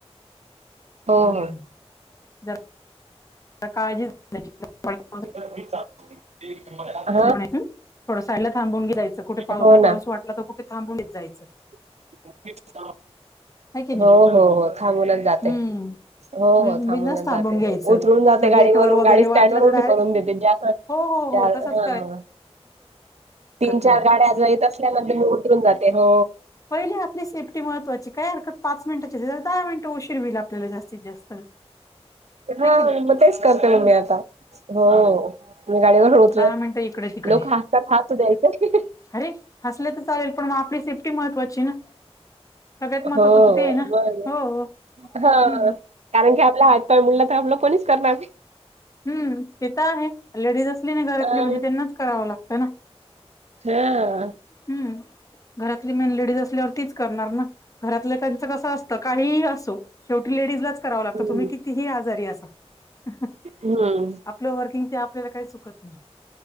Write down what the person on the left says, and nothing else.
हम्
जरा काळजी <inaudible>
<unintelligible> थोडं साईडला थांबून जायचं कुठे पाव-पाऊस
वाटला तर कुठे थांबूनच जायचं
हाय की नाही
हम्म
बिनधास्त
थांबून
घ्यायचं
आपलं गेट
वर वगैरे
वाटलं तर डायरेक्ट
हो हो
हो तसच
नाही
पहिले आपली सेफ्टी महत्त्वाची काय हरकत पाच मिनिटाची दहा मिनटं उशीर होईल आपल्याला जास्तीत जास्त.
की नाही
हम्म.
दहा मिनिटं इकडे तिकडे
अरे हसले तर चालेल पण मग आपली सेफ्टी महत्त्वाची ना. सगळ्यात महत्वाचं
तर ते आहे ना
हो.
हम्म
हम्म ते तर आहे लेडीज असली नाही घरातली
म्हणजे त्यांनाच करावं लागत ना.
हम्म घरातली मेन लेडीज असल्यावर तीच करणार ना. घरातले त्यांचं कसं असतं काहिही असो शेवटी लेडीजलाच करावं लागतं
तुम्ही कितीही आजारी असा हह
आपलं वर्किंग ते आपल्याला काही चुकत नाही.